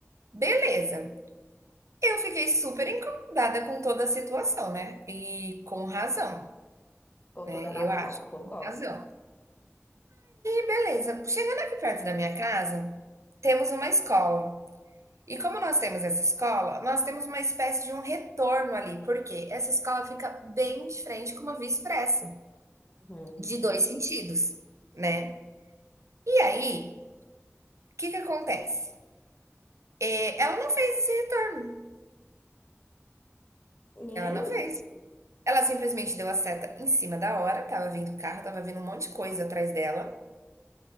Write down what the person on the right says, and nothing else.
Beleza. Eu fiquei super incomodada com toda a situação, né? E com razão,
né?
Eu acho,
com razão. Beleza. Chegando aqui perto da minha casa, temos uma escola. E como nós temos essa escola, nós temos uma espécie de um retorno ali, porque essa escola fica bem de frente com uma via expressa,
de dois sentidos, né? E aí, o que que acontece? É, ela não fez esse retorno.
Ela
não fez. Ela simplesmente deu a seta em cima da hora, tava vindo carro, tava vindo um monte de coisa atrás dela.